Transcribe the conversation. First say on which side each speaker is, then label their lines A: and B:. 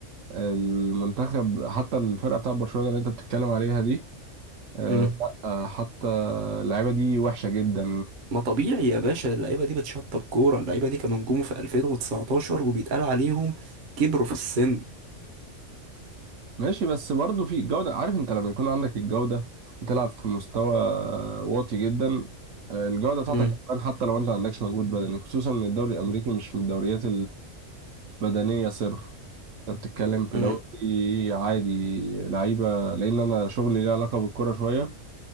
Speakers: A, on the right; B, on the right.
A: المنتخب حتى الفرقه بتاع برشلونه اللي انت بتتكلم عليها دي آه
B: مم.
A: لا آه، حتى اللعيبه دي وحشه جدا
B: ما طبيعي يا باشا اللعيبة دي بتشطب كورة اللعيبة دي كانوا نجوم في 2019 وبيتقال عليهم كبروا في السن
A: ماشي بس برضه في جودة عارف انت لما يكون عندك الجودة وتلعب في مستوى واطي جدا آه، الجودة بتاعتك
B: امم
A: هتبان حتى لو انت ما عندكش مجهود بدني خصوصا ان الدوري الامريكي مش من الدوريات البدنية صرف انت بتتكلم في
B: امم
A: دوري عادي لعيبة لان انا شغلي ليه علاقة بالكرة شوية